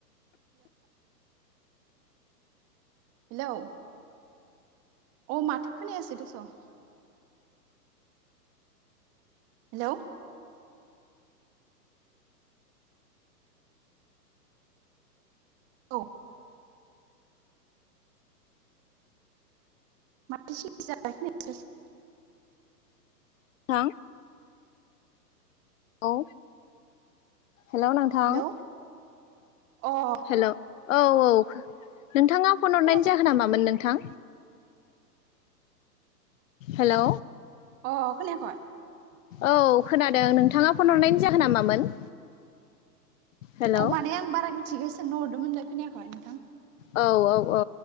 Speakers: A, on the right (about 30°); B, on the left (about 50°).
A: हेलौ। अ माथो खोनायासै दसं। हेलौ। औ। माथो सिरि जालायखो <unintelligible>
B: हां औ हेल' नोंथां
A: हेलौ अ ‌
B: हेलौ औ औ नोंथाङा फन हरनायनि
A: खोनाबाय
B: जाहोना मामोन नों थां हेलौ,
A: अ खोनायाखै
B: औ खोनादों नोंथाङा फन हरनायनि जाहोना मामोन हेलौ
A: अ माने आं बारा मिथिगो सोंनो हरदोंमोन खोनायाखै
B: औ औ औ